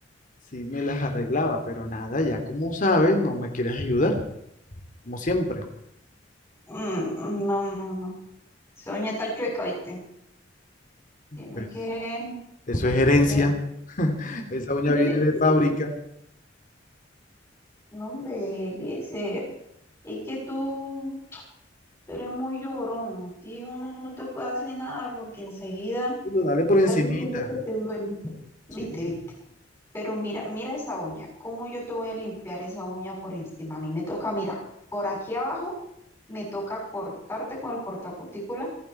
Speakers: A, on the left; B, on the left.
A: sí me las arreglaba, pero nada, ya como sabes, no me quieres ayudar, como siempre.
B: Mm, no, no, no. Esa uña está chueca, ¿viste? Tiene
A: Pues
B: que,
A: eso es herencia.
B: que...
A: <laughs> Esa uña
B: <laughs>
A: viene de fábrica.
B: No, hombre, Eliezer. Es que tú, tú eres muy llorón. A ti uno no te puede hacer nada porque enseguida
A: Pero dale por
B: estás
A: encimita,
B: diciendo que te duele. Viste,
A: sí.
B: viste. Pero mira, mira esa uña. ¿Cómo yo te voy a limpiar esa uña por encima? A mí me toca, mira, por aquí abajo me toca cortarte con el cortacutícula